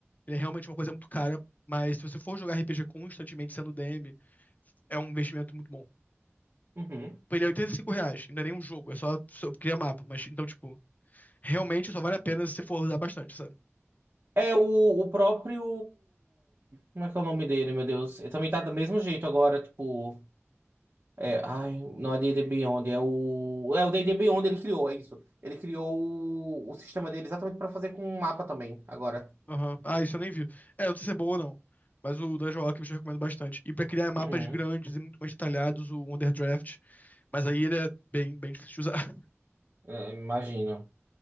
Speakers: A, on the left; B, on the right.
A: ele é realmente uma coisa muito cara, mas se você for jogar RPG constantemente sendo DM, é um investimento muito bom.
B: Uhum.
A: Tipo, Ele é 85 reais, não é nem um jogo, é só, só criar mapa, mas então, tipo. Realmente só vale a pena se você for usar bastante, sabe?
B: É, o, o próprio. Como é que é o nome dele, meu Deus? Ele também tá do mesmo jeito agora, tipo. É, ai, não é D&D Beyond, é o. É o D&D Beyond, ele criou, é isso. Ele criou o, o sistema dele exatamente pra fazer com um mapa também, agora.
A: Aham. Ah, isso eu nem vi. É, não sei se é boa ou não. Mas o Dungeon Alchemist eu recomendo bastante. E pra criar mapas
B: Uhum.
A: grandes e muito mais detalhados, o Underdraft. Mas aí ele é bem, bem difícil de usar. <laughs>
B: É, imagino.